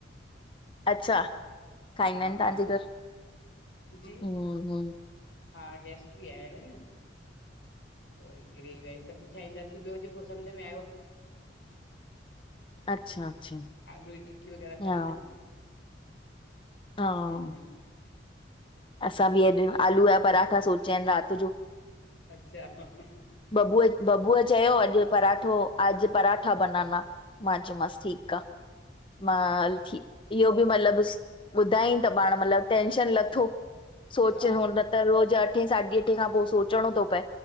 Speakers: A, on the left; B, on the left.
A: अच्छा खाईंदा
B: हा
A: आहिन तव्हांजे
B: हा
A: घरु
B: जी
A: ह ह --
B: हा गेस्ट बि आयल आहे न। पोइ वरी ग्रेवी वारी सब्जी ठाहींदासीं ॿियो जेको समझ में आयो।
A: अच्छा अच्छा
B: आलू ई टिक्की वग़ैरह
A: हा
B: तरिंदम।
A: हा --
B: हम्म
A: असां
B: हम्म
A: बि अॼु आलू पराठा सोचिया आहिन रात जो।
B: अच्छा ह ह ह --
A: बबूअ बबूअ चयो अॼु पराठो आज पराठा बनाना। मा चयो मास ठीक आ। मा हल ठीक इहो बि मतलबु ॿुधाय त पाण मतलब टेंशन लथो। सोचियूं
B: हा
A: न त रोज अठे साढी अठे खां पोइ सोचणो थो पए।